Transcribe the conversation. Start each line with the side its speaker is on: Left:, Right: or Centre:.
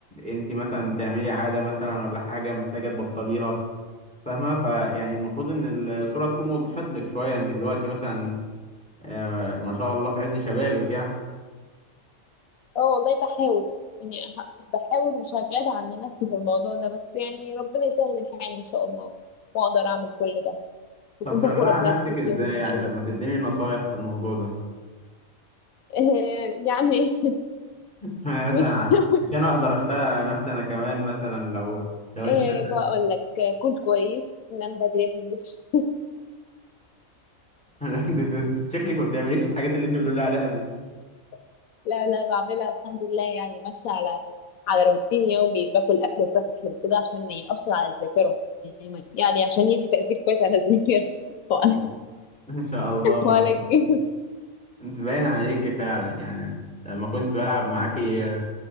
Centre: انت مثلا بتعملي عاده مثلا ولا حاجه محتاجه تبطليها فاهمه فيعني المفروض ان الصوره تكون وضحت لك شويه انت دلوقتي مثلا آه ما شاء الله في عز شبابك يعني
Left: اه والله بحاول يعني ه- بحاول وشغالة على نفسي في الموضوع ده بس يعني ربنا يسهل الحال إن شاء الله وأقدر أعمل كل ده وأكون
Centre: طب شغاله
Left: فخورة
Centre: على
Left: بنفسي
Centre: نفسك
Left: في
Centre: ازاي
Left: يوم من
Centre: يعني
Left: الأيام
Centre: طب ما تديني نصايح في الموضوع ده
Left: <laughs> يعني
Centre: يعني مثلا
Left: مش <laughs>
Centre: عشان اقدر اشتغل نفسي انا كمان مثلا لو لو انت
Left: آه،
Centre: مثلا
Left: بقول لك آه، كل كويس نام بدري بس
Centre: <laughs> انت شكلك ما بتعمليش الحاجات اللي انت بتقولي عليها دي
Left: <laughs> لا لا بعملها الحمد لله يعني ماشية على على روتين يومي باكل أكل صحي وكده عشان يأثر على الذاكرة يعني ما- يعني عشان يدي تأثير كويس على الذاكرة <laughs> وعلى
Centre: <laughs> ان شاء الله ما
Left: وعلى
Centre: شاء
Left: الجسم
Centre: الله. انت باين عليكي فعلا يعني لما كنت بلعب معاكي